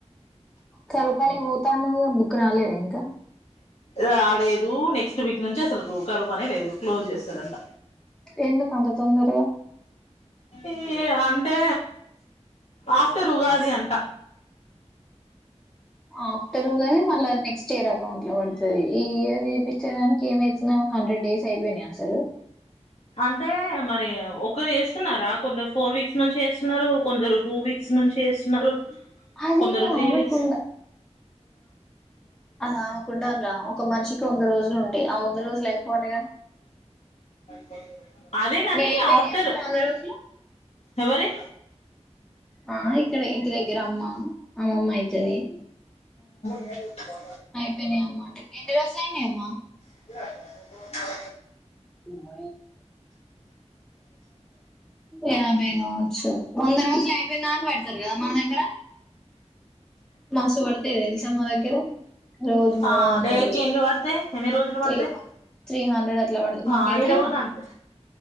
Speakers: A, in the centre; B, on the left.
A: కరిపాని పోతాన్నావుగా బుక్ రాలదా ఇం ఇంకా
B: రాలేదు నెక్స్ట్ వీక్ నుంచి అసలు బ్రోకరు పనే లేదు క్లోజ్ చేస్తారంట
A: ఎందుకంత తొందరగా
B: ఈ అంటే ఆఫ్టర్ ఉగాది అంట
A: ఆఫ్టర్ గానీ మళ్ళా నెక్స్ట్ ఇయర్ అకౌంట్ లో పడుతుంది ఈ ఇయర్ చేపించడానికి ఏమైతున్నాది హండ్రెడ్ డేస్ అయిపోయినాయి అసలు
B: అంటే మరి ఒకరు చేస్తున్నారా కొందరు ఫోర్ వీక్స్ నుంచి చేస్తున్నారు కొందరు టూ వీక్స్ నుంచి చేస్తున్నారు
A: అది
B: కొందరు త్రీ
A: ఆమెకుండ
B: వీక్స్
A: అది ఆమెకుండాలి రా ఒక మనిషికి వంద రోజులు ఉంటాయి ఆ వంద రోజులు అయిపోవాలిగా
B: బ అదే కాని
A: నీయి అయిపోయినాయా
B: ఆఫ్టర్
A: అమ్మ వంద రోజులు
B: ఎవరి
A: ఆ ఇక్కడ ఇంటి దగ్గర అమ్మ అమ్మమ్మ అయితది
B: ఏతు
A: అయిపోయినాయి అమ్మ ఎన్ని రోజులయినాయి అమ్మా
B: సరే
A: మ యాభై రో వంద రోజులు అయిపోయింది నాకు పెడతారు కదా మన దగ్గర మస్తుగా పడుతాయి తెలుసా మా నా దగ్గర రోజు మూడు
B: ఆ
A: వందలు
B: డేకి ఎన్ని పడతాయి ఎన్ని రోజులు
A: త్రీ
B: పడతాయి
A: త్రీ హండ్రెడ్ అట్లా పడది మాకైతే
B: ఆ ఈడ కూడా కంతా